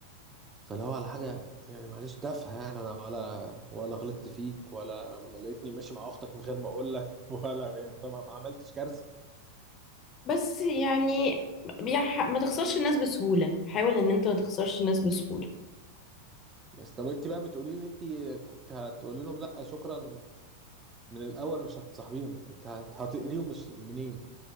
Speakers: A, on the right (about 20°); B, on the left (about 30°).
A: فاللي هو على حاجة يعني معلش تافهة يعني أنا ولا ولا غلطت فيك ولا لقيتني ماشي مع أختك من غير ما أقول لك <laughs> ولا يعني فما ما عملتش كارثة
B: بس يعني بيح- ما تخسرش الناس بسهولة حاول ان انت ما تخسرش الناس بسهولة
A: بس طب أنت بقى بتقولي لي أنت كنت هتقولي لهم لأ شكرا من الأول مش هتصاحبيهم أنت هت- هتقريهم مش منين